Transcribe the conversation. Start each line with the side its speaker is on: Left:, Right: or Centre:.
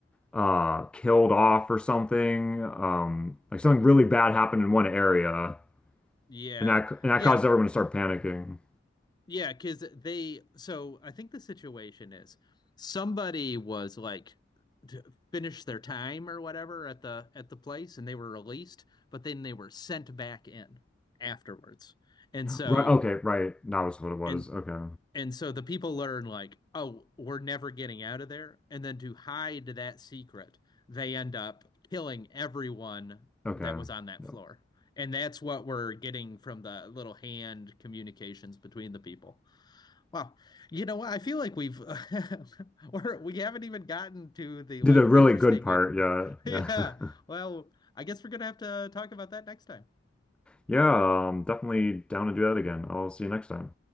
Centre: uh killed off or something. Um like something really bad happened in one area
Left: Yeah.
Centre: and that and that
Left: Yeah.
Centre: caused everyone to start panicking.
Left: Yeah, because they, so I think the situation is somebody was like to finish their time or whatever at the at the place and they were released, but then they were sent back in afterwards. And so
Centre: Right, okay, right. That was what it was.
Left: and
Centre: Okay.
Left: and so the people learn like, oh, we're never getting out of there. And then to hide that secret, they end up killing everyone
Centre: Okay.
Left: that was on that
Centre: No.
Left: floor. And that's what we're getting from the little hand communications between the people. Wow. You know what? I feel like we've <laughs> or we haven't even gotten to the
Centre: Did
Left: like
Centre: the really
Left: interesting
Centre: good part.
Left: like
Centre: Yeah.
Left: <laughs>
Centre: Yeah.
Left: yeah.
Centre: <laughs>
Left: Well, I guess we're gonna have to talk about that next time.
Centre: Yeah, um definitely down to do that again. I'll see you next time.